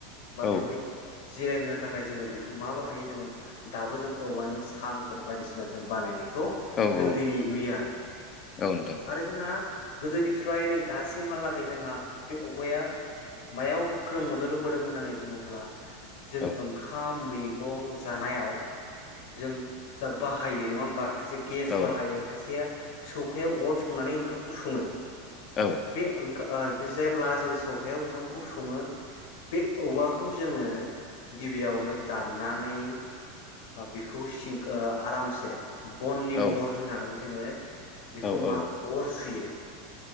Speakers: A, on the left (about 65°); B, on the left (about 25°).
A: बा
B: औ
A: बेवहाय जिरायहोनो थाखाय जोङो बेखौ मा बाहायो जोङो दाबो जों औवानि सांफोर बायदिसिना जों बानायनाय खौ
B: औ औ
A: जों दिनै नुयो आरो
B: औ नोंथां
A: आरो जोंहा गोदोनिफ्राय नै दासिमहालागै जोंहा बे औगाया मायाव गोख्रों मदद होबोदों होननानै बुङोब्ला जों
B: औ
A: ओंखाम मै गं जानायाव जों जा बाहायो नङा होमबा खायसे गेस
B: औ
A: बाहायो खायसेया सौखायाव अर संनानै ओंखामखौ सङो ।
B: औ
A: बे ओं खो ओ जेब्ला जों सौखायाव ओंखामखौ सङो । बे औवाखौ जोङो गिबियावनो दाननानै ओ बेखौ सिंख आरामसे बननि
B: औ
A: महर होनानै जोङो बेखौ
B: औ नोंथां
A: मा अर सुयो ।